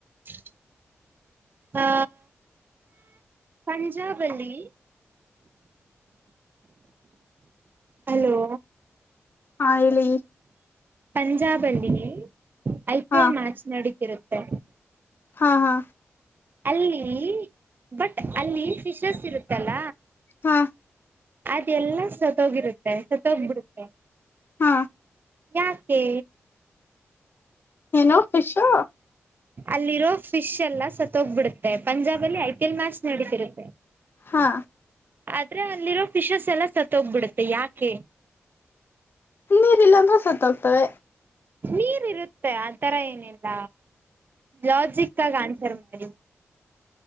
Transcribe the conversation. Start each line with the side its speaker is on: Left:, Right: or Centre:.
Right: <unintelligible> ಹಾ ಪಂಜಾವಲಿ ಹಲೋ
Left: ಹಾ ಹೇಳಿ
Right: ಪಂಜಾಬ್ ಅಲ್ಲಿ ಐ ಪಿ
Left: ಹಾ
Right: ಎಲ್ ಮ್ಯಾಚ್ ನಡೀತಿರುತ್ತೆ
Left: ಹಾ ಹಾ
Right: ಅಲ್ಲಿ ಬಟ್ ಅಲ್ಲಿ ಫಿಶಸ್ ಇರುತ್ತಲ್ಲ
Left: ಹಾ
Right: ಅದೆ ಎಲ್ಲ ಸತ್ತೋಗಿರುತ್ತೆ ಸತ್ತೋಗ್ಬಿಡುತ್ತೆ
Left: ಹಾ
Right: ಯಾಕೆ
Left: ಏನೋ ಖುಷಾ
Right: ಅಲ್ಲಿರೋ ಫಿಶ್ ಎಲ್ಲ ಸತ್ತೋಗ್ಬಿಡುತ್ತೆ ಪಂಜಾಬ್ ಅಲ್ಲಿ ಐ ಪಿ ಎಲ್ ಮ್ಯಾಚ್ ನಡೀತಿರುತ್ತೆ
Left: ಹಾ
Right: ಆದ್ರೆ ಅಲ್ಲಿರೋ ಫಿಶಸ್ ಎಲ್ಲ ಸತ್ತೋಗ್ಬಿಡುತ್ತೆ ಯಾಕೆ
Left: ನೀರ್ಲ್ಲಾಂದ್ರೆ ಸತ್ಾಗ್ತವೆ
Right: ನೀರ್ ಇರುತ್ತೆ ಆ ತರ ಏನಿಲ್ಲ ಲಾಜಿಕ್ ಆಗ ಆನ್ಸರ್ ಮಾಡಿ